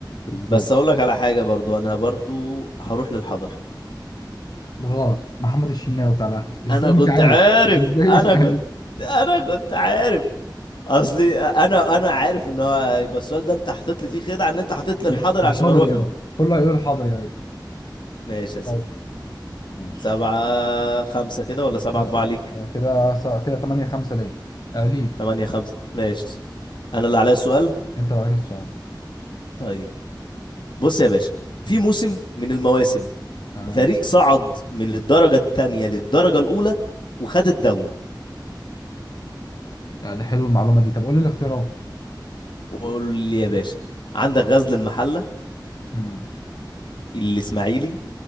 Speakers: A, on the left (about 55°); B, on the left (about 80°).
A: بالظبط
B: بس اقول لك على حاجة برضو انا برضو هروح للحضري
A: غلط محمد الشناوي بتاع الاهلي ازاي
B: انا
A: مش
B: كنت
A: عارف
B: عارف
A: ازاي
B: انا
A: مش
B: كنت
A: عارف
B: انا كنت عارف اصلي انا انا عارف ان هو هيبقى السؤال ده انت حاطط لي فيه خدعه ان انت حاطط لي الحاضر
A: <laughs>
B: عشان
A: حاضر
B: اروح
A: يا ولد.
B: له
A: كله هيقول حاضر يا ولد.
B: ماشي يا سيدي
A: حاضر ماشي
B: سبعة خمسة كده ولا سبعة
A: كده
B: أربعة
A: س-
B: ليك
A: كده س- كده 8 5 ليه آه، ليك
B: تمانية خمسة ماشي أنا اللي عليا السؤال
A: انت اللي عليك السؤال
B: طيب بص يا باشا في
A: مم.
B: موسم من المواسم
A: تمام
B: فريق صعد من الدرجة التانية للدرجة الأولى وخد الدوري
A: آه، ده حلو المعلومه دي طب قول لي الاختيارات
B: قول لي يا باشا عندك غزل المحلة
A: مم.
B: الإسماعيلي